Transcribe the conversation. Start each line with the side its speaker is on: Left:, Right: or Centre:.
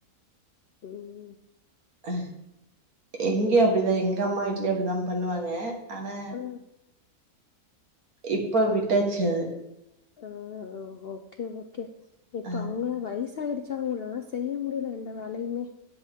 Left: உ உ
Right: அ இங்கயு அப்டிதா எங்க அம்மா வீட்லயு அப்டிதா பண்ணுவாங்க கே ஆனா
Left: ஆ
Right: இப்ப விட்டாச்சு அத
Left: உ ஒ ஓகே ஓகே இப்ப
Right: அ
Left: அவுங்களே வயசு ப்பாஆயிடுச்சா அவுங்கல்லாஸ் செய்ய முடியல எந்த வேலயுமே <inaudible>